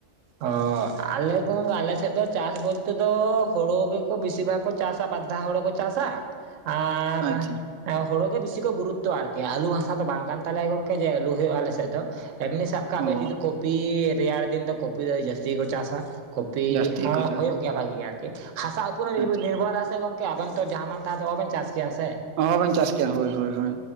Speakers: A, on the right; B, on the right.
A: ᱚ ᱟᱞᱮ ᱜᱚᱝ ᱟᱞᱮ ᱥᱮᱫ ᱫᱚ ᱪᱟᱥ ᱵᱚᱞᱛᱮ ᱫᱚ ᱦᱳᱲᱳ ᱜᱮᱠᱚ ᱵᱮᱥᱤ ᱵᱷᱟᱜ ᱠᱚ ᱪᱟᱥᱼᱟ ᱵᱟᱨ ᱫᱷᱟᱣ ᱦᱳᱲᱳ ᱠᱚ ᱪᱟᱥᱼᱟ ᱟᱨ
B: ᱟᱪᱪᱷᱟ
A: ᱦᱮᱸ ᱦᱳᱲᱳ ᱜᱮ ᱵᱤᱥᱤ ᱠᱚ ᱜᱩᱨᱩᱛᱚᱼᱟ ᱟᱨᱠᱤ ᱟᱞᱩ ᱦᱟᱥᱟ ᱫᱚ ᱵᱟᱝ ᱠᱟᱱ ᱛᱟᱞᱮᱭᱟ ᱜᱚᱝᱠᱮ ᱡᱮ ᱟᱞᱩ ᱦᱩᱭᱩᱜ ᱟᱞᱮ ᱥᱮᱫ ᱫᱚ ᱾ ᱮᱢᱱᱤ ᱥᱟᱵ ᱠᱟᱜ
B: ᱚ
A: ᱵᱮᱱ ᱡᱩᱫᱤ ᱠᱚᱯᱤ ᱨᱮᱭᱟᱲ ᱫᱤᱱ ᱫᱚ ᱠᱚᱯᱤ ᱫᱚ ᱡᱟᱹᱥᱛᱤ ᱜᱮᱠᱚ ᱪᱟᱥ ᱟ ᱾ ᱠᱚᱯᱤ
B: ᱡᱟᱹᱥᱛᱤ
A: ᱦᱚᱸ
B: ᱜᱮᱠᱚ ᱪᱟᱥᱟ
A: ᱦᱩᱭᱩᱜ ᱜᱮᱭᱟ ᱵᱷᱟᱜᱤ ᱜᱮ ᱟᱨᱠᱤ ᱦᱟᱥᱟ ᱩᱯᱚᱨ ᱮ
B: ᱟᱪᱪᱷᱟ
A: ᱱᱤᱨᱵᱷᱚᱨ ᱱᱤᱨᱵᱷᱚᱨ ᱟᱭ ᱥᱮ ᱜᱚᱝᱠᱮ ᱟᱵᱮᱱ ᱛᱚ ᱡᱟᱦᱟᱸᱢᱟᱱ ᱛᱟᱦᱟ ᱫᱚ ᱚᱦᱚᱵᱮᱱ ᱪᱟᱥ ᱠᱮᱭᱟ ᱥᱮ ᱾
B: ᱚᱦᱚᱵᱮᱱ ᱪᱟᱥ ᱠᱮᱭᱟ ᱦᱳᱭ ᱦᱳᱭ ᱦᱳᱭ